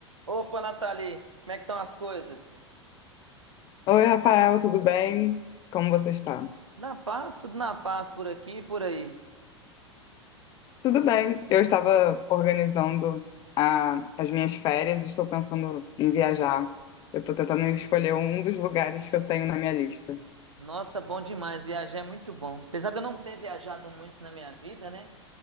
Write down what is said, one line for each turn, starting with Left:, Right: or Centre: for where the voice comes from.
Right: Opa, Nathalie, como é que estão as coisas?
Left: Oi, Rafael, tudo bem? Como você está?
Right: Na paz, tudo na paz por aqui e por aí.
Left: Tudo bem. Eu estava organizando a- as minhas férias, estou pensando em viajar. Eu estou tentando escolher um dos lugares que eu tenho na minha lista.
Right: Nossa, bom demais, viajar é muito bom. Apesar de eu não ter viajado muito na minha vida, né?